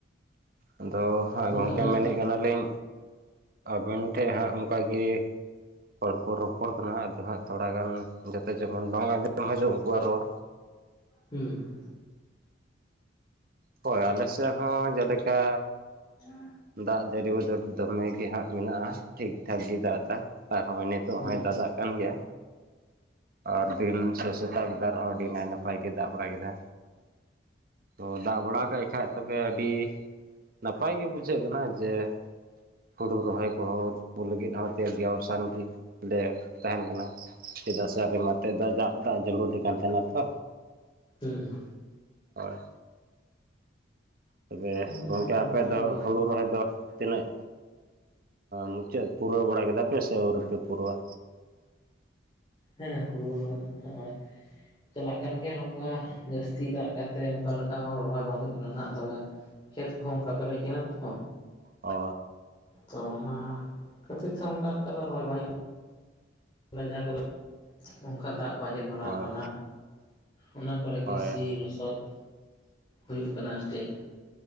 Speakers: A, on the right (about 50°); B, on the left (about 25°).
A: ᱟᱫᱚ ᱦᱟᱸᱜ
B: ᱟᱫᱚ
A: ᱜᱚᱝᱠᱮ
B: ᱚᱱᱟ
A: ᱢᱮᱱᱮᱜ ᱠᱟᱱᱟᱞᱤᱧ᱾ ᱟᱵᱮᱱ ᱴᱷᱮᱱ ᱦᱟᱸᱜ ᱚᱱᱠᱟᱜᱮ᱾ ᱦᱚᱲ ᱠᱚ ᱨᱚᱯᱚᱲ ᱠᱟᱱᱟ ᱟᱫᱚ ᱦᱟᱸᱜ ᱛᱷᱚᱲᱟᱜᱟᱱ ᱡᱟᱛᱮ ᱡᱮᱢᱚᱱ ᱵᱟᱝ ᱟᱸᱡᱚᱢᱚᱜ ᱦᱤᱡᱩᱜ ᱩᱱᱠᱩᱣᱟᱜ ᱨᱚᱲ᱾
B: ᱦᱩᱸ᱾
A: ᱦᱳᱭ ᱟᱞᱮᱥᱮᱜ ᱦᱚᱸ ᱡᱮᱞᱮᱠᱟ᱾
B: <inaudible>
A: ᱫᱟᱜ ᱡᱟᱹᱲᱤ ᱠᱚ ᱫᱚ ᱫᱚᱢᱮ ᱜᱮ ᱦᱟᱸᱜ ᱢᱮᱱᱟᱜ-ᱟ, ᱴᱷᱤᱠᱴᱷᱟᱠ ᱜᱮ ᱫᱟᱜ ᱮᱫᱟ᱾ ᱟᱨᱦᱚᱸ ᱱᱤᱛᱚᱜ
B: ᱦᱩᱸ
A: ᱦᱚᱸᱭ ᱫᱟᱫᱟᱜ ᱠᱟᱱ ᱜᱮᱭᱟ᱾ ᱟᱨ ᱫᱤᱱ ᱥᱮ ᱥᱮᱛᱟᱜ ᱵᱮᱞᱟ ᱨᱮᱦᱚᱸ ᱟᱹᱰᱤ ᱱᱟᱭ ᱱᱟᱯᱟᱭ ᱜᱮ ᱫᱟᱜ ᱵᱟᱲᱟ ᱠᱮᱫᱟ᱾ ᱛᱚ ᱫᱟᱜ ᱵᱟᱲᱟ ᱠᱮᱜ ᱠᱷᱟᱡ ᱛᱚᱵᱮ ᱟᱹᱰᱤ᱾ ᱱᱟᱯᱟᱭ ᱜᱮ ᱵᱩᱡᱷᱟᱹᱜ ᱠᱟᱱᱟ᱾ ᱡᱮ ᱦᱩᱲᱩ ᱨᱚᱦᱚᱭ ᱠᱚᱦᱚ ᱛᱩᱯᱩ ᱞᱟᱹᱜᱤᱫ ᱦᱚᱸ <unintelligible> ᱜᱮ ᱞᱮ ᱛᱟᱦᱮᱸᱱ ᱠᱟᱱᱟ᱾ ᱪᱮᱫᱟᱜ ᱥᱮ ᱟᱵᱮ ᱢᱟᱛᱮ ᱫᱟᱜ ᱫᱟᱜ ᱡᱟᱹᱨᱩᱫᱮ ᱠᱟᱱ ᱛᱟᱦᱮᱸᱱᱟ ᱛᱚ᱾
B: ᱦᱩᱸ᱾
A: ᱦᱚᱭ᱾ ᱛᱚᱵᱮ
B: ᱚᱱᱟ
A: ᱜᱚᱝᱠᱮ
B: ᱢᱟ
A: ᱟᱯᱮ
B: ᱠᱟᱱ
A: ᱫᱚ
B: ᱜᱮ
A: ᱦᱩᱲᱩ ᱨᱚᱦᱚᱭ ᱫᱚ ᱛᱤᱱᱟᱹᱜ᱾ ᱢᱩᱪᱟᱹᱫ ᱯᱩᱨᱟᱹᱣ ᱵᱟᱲᱟ ᱠᱮᱫᱟ ᱯᱮ ᱥᱮ ᱟᱹᱣᱨᱤ ᱯᱮ ᱯᱩᱨᱟᱹᱣᱟ᱾
B: ᱦᱮᱸ ᱦᱩᱲᱩ ᱨᱚᱦᱚᱭ ᱦᱚᱜ-ᱚᱭ᱾ ᱪᱟᱞᱟᱜ ᱠᱟᱱ ᱜᱮᱭᱟ ᱱᱚᱝᱠᱟ, ᱡᱟᱹᱥᱛᱤ ᱫᱟᱜ ᱠᱟᱛᱮ ᱚᱱᱠᱟ ᱞᱮᱠᱟ ᱦᱚᱸ ᱨᱚᱦᱚᱭ ᱵᱟᱝ ᱦᱩᱭᱩᱜ ᱱᱟᱱᱦᱟᱸᱜ ᱫᱚᱢᱮ, ᱠᱷᱮᱛ ᱠᱚᱦᱚᱸ ᱚᱱᱠᱟ ᱯᱮᱨᱮᱡ ᱠᱟᱱᱟ ᱛᱚ᱾
A: ᱚ᱾
B: ᱛᱚ ᱚᱱᱟ, ᱠᱷᱟᱹᱛᱤᱨ ᱛᱮ ᱚᱝᱠᱟ ᱞᱮᱠᱟ ᱫᱚ ᱨᱚᱦᱚᱭ ᱵᱟᱝ ᱦᱩᱭᱩᱜ ᱡᱟᱦᱟᱸ ᱠᱚᱨᱮ ᱚᱝᱠᱟ ᱫᱟᱜ ᱠᱚ ᱟᱸᱡᱮᱫ ᱵᱟᱲᱟᱣ
A: ᱦᱳᱭ
B: ᱠᱟᱱᱟ᱾ ᱚᱱᱟ ᱠᱚᱨᱮ ᱜᱮ
A: ᱦᱳᱭ
B: ᱥᱤ ᱞᱚᱥᱚᱫ, ᱦᱩᱭᱩᱜ ᱠᱟᱱᱟ ᱟᱨ ᱪᱮᱫ᱾